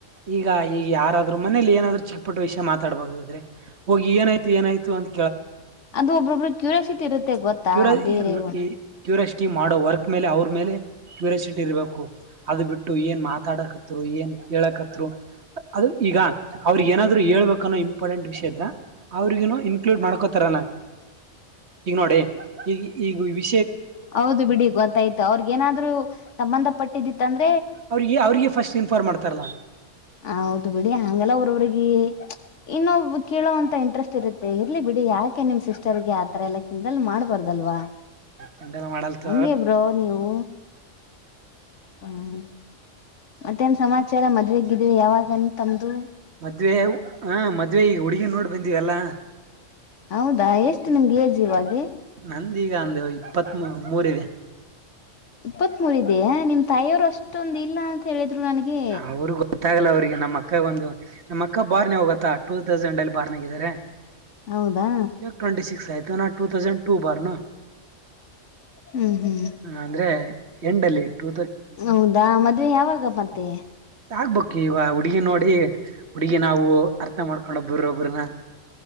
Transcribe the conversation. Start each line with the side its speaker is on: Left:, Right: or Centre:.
Right: ಈಗ ಈ ಯಾರಾದ್ ಅದ್ರ ಮನೆಯಲ್ಲಿ ಏನಾದ್ರು ಚಟ್ ಪಟ್ ವಿಷಯ ಮಾತಾಡ್ಬೇಕಂದ್ರೆ. ಹೋಗಿ ಏನಾಯ್ತು ಏನಾಯ್ತು ಅಂತ್
Left: ಅದು ಒಬ್ಬಬ್ಬರು ಕ್ಯೂರಿಯಾಸಿಟಿ ಇರುತ್ತೆ. ಗೊತ್ತಾ
Right: ಕ್ಯೂರ
Left: ಬೇರೆ
Right: ಎನ್ ಇ ಕ್ಯೂರಾಸಿಟಿ ಮಾಡೋ ವರ್ಕ್. ಮೇಲೆ ಅವ್ರ ಮೇಲೆ ಕ್ಯೂರಿಯಾಸಿಟಿ ಇರಬೇಕು ಅದು ಬಿಟ್ಟು ಏನ್ ಮಾತಾಡಕತ್ರು ಏನ್ ಹೇಳಕತ್ರು ಅದು ಈಗ ಅವ್ರಗ್ ಏನಾದ್ರು ಹೇಳ್ಬೇಕನ್ನೋ ಇಂಪಾರ್ಟೆಂಟ್ ವಿಷಯ ಇದ್ರ ಅವ್ರಿಗ ಇನ್ಕ್ಲೂಡ್ ಮಾಡ್ಕೋತಾರನ ಈಗ ನೋಡಿ. ಎ ಎ ವಿವಿ.
Left: ಔದು ಬಿಡಿ ಗೊತ್ತಾಯ್ತು ಅವ್ರಿಗ ಏನಾದ್ರು ಸಂಬಂಧ ಪಟ್ಟಿದಿತ್ತ ಅಂದ್
Right: ಅವ್ರಿಗೆ ಅವ್ರಿಗೆ ಫಸ್ಟ್ ಇನ್ಫಾರ್ಮ್ ಮಾಡ್ತಾರಲ್ಲಾ.
Left: ಹೌದು ಬಿಡಿ ಹಂಗೆಲ್ಲಾ ಅವ್ರವ್ರಿಗೆ ಇನ್ನೊಬ್ ಕೇಳೋಂತ ಇಂಟ್ರೆಸ್ಟ್ ಇರುತ್ತೆ ಇರ್ಲಿ ಬಿಡಿ ಯಾಕೆ ನಿಮ್ ಸಿಸ್ಟರ್ಗೆ ಆತರ ಎಲ್ಲ ಕಿಂದಲ್ಲ ಮಾಡ್ಬ ಬಾರ್ದ ಅಲ್ವಾ
Right: ಕೆಂಡಲ ಮಾಡಲ್ತ
Left: ಹೆಂಗ ಬ್ರೋ ನೀವು ಹ್ಮ್. ಮತ್ತೇನ್ ಸಮಾಚಾರ ಮದ್ವಿಗಿದ್ವಿ ಯಾವಾಗ ಅಂತಮ್ದು.
Right: ಮದ್ವೆ ಹ ಮದ್ವೆ ಈಗ ಹುಡುಗಿನ್ ನೋಡ್ ಬಂದಿವ ಎಲ್ಲಾ
Left: ಹೌದಾ ಎಷ್ಟು ನಿಮ್ಗೆ ಏಜ್ ಇವಾಗೆ
Right: ನಂದೀಗ ಅಂದ ಹೊಯ್ ಇಪ್ಪತ್ತ್ ಮೂರಿದೆ.
Left: ಇಪ್ಪತ್ತ್ ಮೂರ ಇದೆಯೇ ನಿಮ್ ತಾಯಿಯವರು ಅಷ್ಟೊಂದ ಇಲ್ಲಾ ಅಂತ ಹೇಳಿದ್ರು ನನಗೆ
Right: ಅವ್ರಗ್ ಗೊತ್ತಾಗಲ್ಲ ಅವ್ರಿಗೆ ನಮ್ಮ ಅಕ್ಕಗ್ ಒಂದು. ನಮ್ಮ ಅಕ್ಕ ಬಾರ್ನೆ ಹೋಗತ್ತಾ ಟೂ ತೌಸಂಡ್ ಅಲ್ಲಿ ಬಾರ್ನಾಗಿದ್ದಾರೆ
Left: ಹೌದಾ
Right: ಇವಾಗ ಟ್ವೆಂಟಿ ಸಿಕ್ಸ್ ಆಯ್ತು ನಾ ಟೂ ತೌಸಂಡ್ ಟೂ ಬಾರ್ನು
Left: ಹ್ಮ್ ಹ್ಮ್
Right: ಅಂದ್ರೆ ಎಂಡ್ ಅಲ್ಲಿ ಟೂ
Left: ಹೌದಾ ಮದ್ವೆ ಯಾವಾಗ ಮತ್ತೆ
Right: ಆಗ್ಬಕ್ಕಿವಾ ಹುಡುಗಿ ನೋಡಿ ಹುಡುಗಿ ನಾವು ಅರ್ಥ ಮಾಡ್ಕೊಂಡಬ್ಬರೊಬ್ಬ್ರನ್ನ.